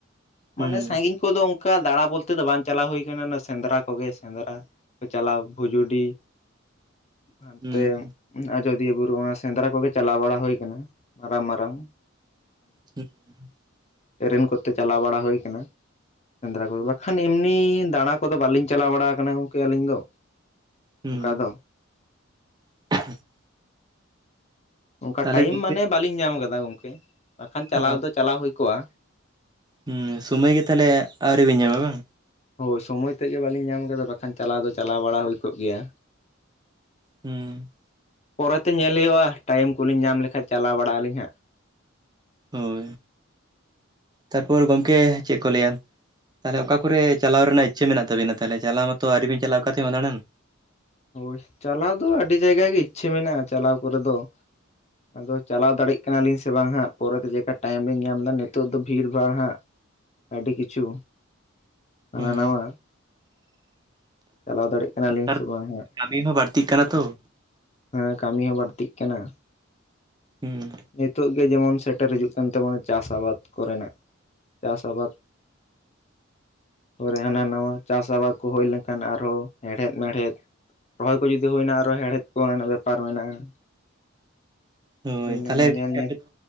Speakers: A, on the left; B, on the right.
A: ᱢᱟᱱᱮ
B: ᱦᱩᱸ
A: ᱥᱟᱹᱜᱤᱧ ᱠᱚ-ᱫᱚ ᱚᱱᱠᱟ ᱫᱟᱲᱟ ᱵᱚᱞᱛᱮ ᱫᱚ᱾ ᱵᱟᱝ ᱪᱟᱞᱟ-ᱣ ᱦᱩᱭ ᱠᱟᱱᱟ᱾ ᱚᱱᱟ ᱥᱮᱸᱫᱽᱨᱟ ᱠᱚᱜᱮ, ᱥᱮᱸᱫᱽᱨᱟ᱾ ᱥᱮᱸᱫᱽᱨᱟ ᱠᱚ ᱪᱟᱞᱟ-ᱣ ᱵᱷᱩᱡᱩᱰᱤ ᱦᱟᱱᱛᱮ᱾
B: ᱦᱩᱸ
A: ᱟᱡᱚᱫᱤᱭᱟᱹ ᱵᱩᱨᱩ ᱚᱱᱟ ᱥᱮᱸᱫᱽᱨᱟ᱾ ᱠᱚᱜᱮ ᱪᱟᱞᱟ-ᱣ ᱵᱟᱲᱟ ᱦᱩᱭ ᱟᱠᱟᱱᱟ᱾ ᱢᱟᱨᱟᱝ - ᱢᱟᱨᱟᱝ
B: <unintelligible>
A: ᱴᱮᱨᱮᱱ ᱠᱚᱛᱮ, ᱪᱟᱞᱟ-ᱣ ᱵᱟᱲᱟ ᱦᱩᱭ ᱟᱠᱟᱱᱟ᱾ ᱥᱮᱸᱫᱽᱨᱟ ᱠᱚ ᱫᱚ ᱵᱟᱠᱷᱟᱱ ᱮᱢᱱᱤ, ᱫᱟᱲᱟ ᱠᱚᱼᱫᱚ ᱵᱟᱹᱞᱤᱧ ᱪᱟᱞᱟ-ᱣ ᱵᱟᱲᱟ ᱟᱠᱟᱱᱟ᱾ ᱜᱚᱝᱠᱮ ᱟᱹᱞᱤᱧ ᱫᱚ᱾
B: ᱦᱩᱸ
A: ᱚᱠᱟ ᱫᱚ
B: <inaudible>
A: ᱚᱱᱠᱟ
B: ᱛᱟᱦᱚᱞᱮ
A: ᱴᱟᱭᱤᱢ
B: ᱜᱚᱝᱠᱮ
A: ᱢᱟᱱᱮ ᱵᱟᱹᱞᱤᱧ ᱧᱟᱢ ᱠᱟᱫᱟ᱾ ᱜᱚᱝᱠᱮ ᱵᱟᱠᱷᱟᱱ ᱪᱟᱞᱟ-ᱣ
B: ᱚ
A: ᱫᱚ ᱪᱟᱞᱟ-ᱣ ᱦᱩᱭ ᱠᱚᱜᱼᱟ᱾
B: ᱦᱩᱸ ᱥᱳᱢᱚᱭ ᱜᱮ ᱛᱟᱦᱟᱞᱮ ᱟᱹᱣᱨᱤ ᱵᱤᱱ ᱧᱟᱢᱟ ᱵᱟᱝ
A: ᱦᱳᱭ ᱥᱚᱢᱚᱭ ᱛᱮᱫᱜᱮ ᱵᱟᱹᱞᱤᱧ ᱧᱟᱢ ᱠᱟᱫᱟ ᱵᱟᱠᱷᱟᱱ ᱪᱟᱞᱟᱣ ᱫᱚ ᱪᱟᱞᱟᱣ ᱵᱟᱲᱟ ᱦᱩᱭ ᱠᱚᱜ ᱜᱮᱭᱟ
B: ᱦᱩᱸ
A: ᱯᱚᱨᱮᱛᱮ ᱧᱮᱞ ᱦᱩᱭᱩᱜᱼᱟ ᱴᱟᱭᱤᱢ ᱠᱚᱞᱤᱧ ᱧᱟᱢ ᱞᱮᱠᱷᱟᱡ ᱪᱟᱞᱟᱣ ᱵᱟᱲᱟᱜ ᱟᱹᱞᱤᱧ ᱦᱟᱸᱜ <inaudible>
B: ᱦᱳᱭ ᱛᱟᱨᱯᱚᱨ ᱜᱚᱝᱠᱮ ᱪᱮᱫ ᱠᱚ ᱞᱟᱹᱭᱟ ᱛᱟᱦᱟᱞᱮ ᱚᱠᱟ ᱠᱚᱨᱮ ᱪᱟᱞᱟᱣ ᱨᱮᱱᱟᱜ ᱤᱪᱪᱷᱟᱹ ᱢᱮᱱᱟᱜ ᱛᱟᱹᱵᱤᱱᱟ? ᱛᱟᱦᱟᱞᱮ ᱪᱟᱞᱟᱣ ᱢᱟᱛᱚ ᱟᱹᱣᱨᱤ ᱵᱤᱱ ᱪᱟᱞᱟᱜᱼᱟ ᱚᱠᱟᱛᱮ ᱦᱚᱸ ᱫᱟᱲᱟᱱ᱾
A: ᱦᱳᱭ ᱪᱟᱞᱟᱣ ᱫᱚ ᱟᱹᱰᱤ ᱡᱟᱭᱜᱟ ᱜᱮ ᱤᱪᱪᱷᱟᱹ ᱢᱮᱱᱟᱜᱼᱟ ᱪᱟᱞᱟᱣ ᱠᱚᱨᱮ ᱫᱚ ᱟᱫᱚ ᱪᱟᱞᱟᱣ ᱫᱟᱲᱮᱸᱜ ᱠᱟᱱᱟᱞᱤᱧ ᱥᱮ ᱵᱟᱝ ᱦᱟᱸᱜ ᱯᱚᱨᱮᱛᱮ ᱪᱮᱠᱟ ᱴᱟᱭᱤᱢ ᱞᱤᱧ ᱧᱟᱢ ᱫᱟ ᱱᱤᱛᱳᱜ ᱫᱚ ᱵᱷᱤᱲ ᱵᱷᱟᱸᱲ ᱦᱟᱸᱜ ᱟᱹᱰᱤ ᱠᱤᱪᱷᱩ ᱦᱟᱱᱟ
B: ᱦᱩᱸ
A: ᱱᱟᱣᱟ ᱪᱟᱞᱟᱣ ᱫᱟᱲᱮᱸᱴᱜ ᱠᱟᱱᱟ
B: ᱱᱮᱛᱟᱨ
A: ᱞᱤᱧ ᱥᱮ
B: ᱫᱚ
A: ᱵᱟᱝ ᱦᱟᱸᱜ
B: ᱠᱟᱹᱢᱤ ᱦᱚᱸ ᱵᱟᱹᱲᱛᱤᱜ ᱠᱟᱱᱟ ᱛᱚ
A: ᱦᱮᱸ ᱠᱟᱹᱢᱤ ᱦᱚᱸ ᱵᱟᱹᱲᱛᱤᱜ ᱠᱟᱱᱟ
B: ᱦᱩᱸ
A: ᱱᱤᱛᱳᱜ ᱜᱮ ᱡᱮᱢᱚᱱ ᱥᱮᱴᱮᱨ ᱦᱤᱡᱩᱜ ᱠᱟᱱ ᱛᱟᱢᱟ ᱪᱟᱥ ᱟᱵᱟᱫ ᱠᱚᱨᱮᱱᱟᱜ ᱪᱟᱥ ᱟᱵᱟᱫ ᱠᱚᱨᱮ ᱦᱟᱱᱟ ᱱᱟᱣᱟ ᱪᱟᱥ ᱟᱵᱟᱫᱽ ᱠᱚ ᱦᱳᱭ ᱞᱮᱱᱠᱷᱟᱱ ᱟᱨᱦᱚᱸ ᱦᱮᱲᱦᱮᱫ ᱢᱮᱲᱦᱮᱫ ᱨᱚᱦᱚᱭ ᱠᱚ ᱡᱩᱫᱤ ᱦᱳᱭ ᱮᱱᱟ ᱟᱨᱚ ᱦᱮᱲᱦᱮᱫ ᱠᱚᱨᱮᱱᱟᱜ ᱵᱮᱯᱟᱨ ᱢᱮᱱᱟᱜᱼᱟ᱾
B: ᱦᱳᱭ
A: ᱤᱧ
B: ᱛᱟᱞᱦᱮ
A: ᱚᱱᱟ
B: ᱜᱚᱝᱠᱮ
A: ᱧᱮᱞ ᱧᱮᱞ
B: ᱟᱯᱮ ᱫᱚ